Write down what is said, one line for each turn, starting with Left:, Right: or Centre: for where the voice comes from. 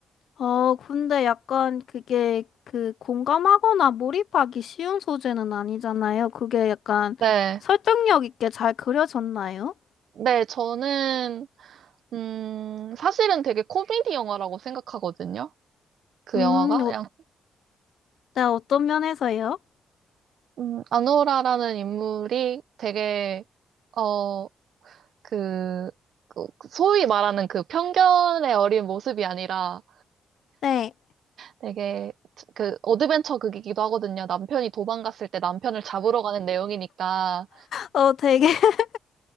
Left: 어, 근데 약간 그게 그 공감하거나 몰입하기 쉬운 소재는 아니잖아요. 그게 약간
Right: 네,
Left: 설득력 있게 잘 그려졌나요?
Right: 네, 저는, 음, 사실은 되게 코미디 영화라고 생각하거든요. 그
Left: 음,
Right: 영화가.
Left: 어,
Right: 그냥
Left: 네, 어떤 면에서요?
Right: 음, 아노라라는 인물이 되게, 어, 그, 그 그 소위 말하는 그 편견에 어린 모습이 아니라
Left: 네,
Right: 되게 그 어드벤처 극이기도 하거든요. 남편이 도망갔을 때 남편을 잡으러 가는 내용이니까
Left: 어, 되게, <laughs>